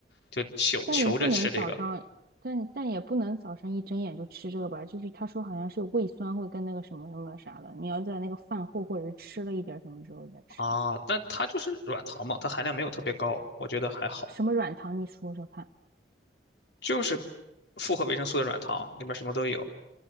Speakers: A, on the left; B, on the right.
A: 就求求着吃这个
B: 但你不能早上，但但也不能早上一睁眼就吃这个吧，就是他说好像是有胃酸会跟那个什么什么啥的，你要在那个饭后或者是吃了一点什么之后再吃的
A: 啊。但它就是软糖嘛，它含量没有特别高，我觉得还好，
B: 什么软糖你说说看，
A: 就是复合维生素的软糖，里面什么都有